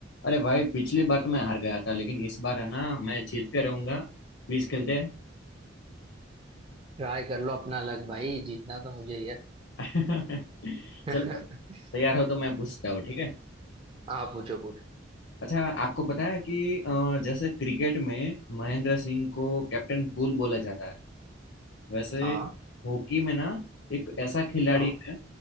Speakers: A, on the left; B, on the right.
A: अरे भाई पिछली बार तो मैं हार गया था लेकिन इस बार है ना मैं जीत कर रहूंगा क्विज खेलते हैं
B: Try कर लो अपना लक भाई जीतना तो मुझे ही है
A: <laughs>
B: <laughs>
A: चलो तैयार हो तो मैं पूछता हूँ ठीक है
B: आप पूछो पूछो
A: अच्छा आपको पता है कि अ, जैसे क्रिकेट में महेंद्र सिंह को कैप्टन कूल बोला जाता है वैसे
B: हाँ
A: हॉकी में ना एक ऐसा खिलाड़ी
B: हाँ
A: है